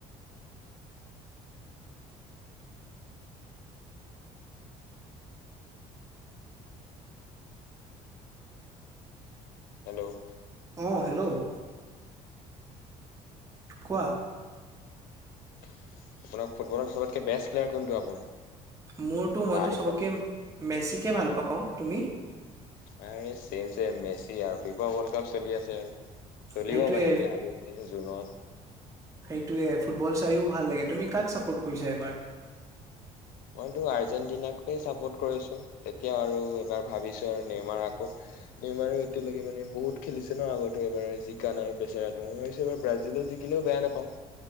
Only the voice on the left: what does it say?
হেল্ল'
আপোনাৰ ফুটবলৰ সবতকে বেষ্ট প্লেয়াৰ কোনটো আপোনাৰ?
বাই
আৰে চেম চেম মেচি আৰু ফিফা ৱৰ্ল্ড কাপ চলি আছে আৰু চলিব
মানে দিয়া আহি আছে। এই জুনত
মইতো আৰ্জেণ্টিনাকে চাপোৰ্ট কৰিছো তেতিয়াও আৰু এবাৰ ভাবিছো আৰু নেমাৰ আকৌ নেমাৰো এতিয়ালৈকোনে বহুত খেলিছে ন আগতো এবাৰ জিকা নাই বেচেৰাটো মই ভাবিছোবাৰ ব্ৰাজিলে জিকিলেও বেয়া নাপাওঁ।